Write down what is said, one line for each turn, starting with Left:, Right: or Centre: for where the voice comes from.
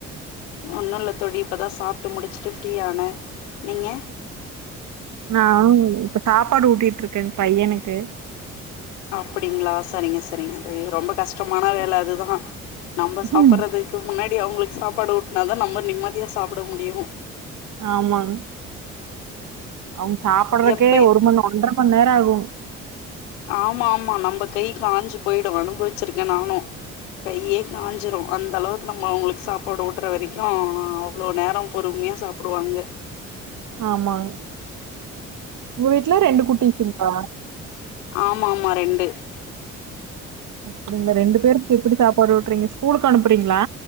Left: ஒன்னு இல்ல தோழி இப்ப தா சாப்ட்டு முடுச்சுட்டு ஃப்ரீயானே நீங்க
Right: நானுங் இப்ப சாப்பாடு ஊட்டிட்ருக்கேங் பையனுக்கு
Left: அப்டிங்ளா சரிங்க சரிங்க தோழி ரொம்ப கஷ்டமான வேல அதுதா நம்ம சாப்பற்றது
Right: ம்
Left: கு முன்னாடி அவுங்களுக்கு சாப்பாடு ஊட்னா தா நம்ம நிம்மதியா சாப்ட முடியு
Right: ஆமாங் அவுங்க சாப்றக்கே
Left: எப்ப
Right: ஒரு மண் ஒன்றமண்நேரோ ஆகு
Left: ஆமா ஆமா நம்ப கை காஞ்சு போய்டு அனுபவச்சுருக்கே நானு கையே காஞ்சுறு அந்தளவுக் நம்ம அவுங்களுக்கு சாப்பாடு ஊட்ற வரைக்கு அவ்ளோ நேரோ பொறும்மையா சாப்புடுவாங்க
Right: ஆமாங் ஒங்க வீட்ல ரெண்டு குட்டீஸ் இருக்கா
Left: ஆமாமா ரெண்டு
Right: அப்டிங்ளா ரெண்டு பேருக்கு எப்டி சாப்பாடு ஊட்றீங்க ஸ்கூலுக்கு அனுப்புறீங்ளா